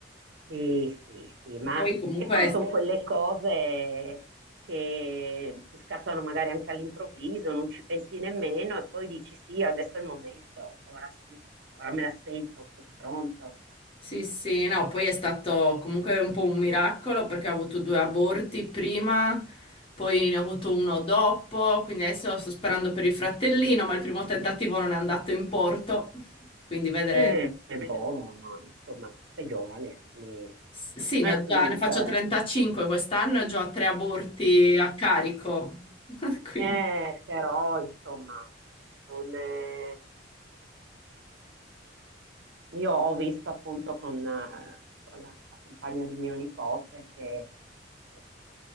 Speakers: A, on the right; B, on the left.
A: Sì, sì, sì, ma
B: Poi comunque,
A: e poi sono quelle cose che ti scattano magari anche all'improvviso, non ci pensi nemmeno e poi dici sì, adesso è il momento, ora sì, ora me la sento, sono pronto.
B: sì, sì, no, poi è stato comunque un po' un miracolo perché ho avuto due aborti prima, poi ne ho avuto uno dopo, quindi adesso sto sperando per il fratellino, ma il primo tentativo non è andato in porto, quindi vedremo.
A: Eh, È buono, ma insomma, sei giovane, quindi
B: S- Sì,
A: eh,
B: ne ho già,
A: non
B: ne
A: c'è.
B: faccio 35 quest'anno e ho già tre aborti a carico. <laughs> Quindi,
A: Eh, però insomma, non è... io ho visto appunto con, eh, con la, la compagna di mio nipote che eh,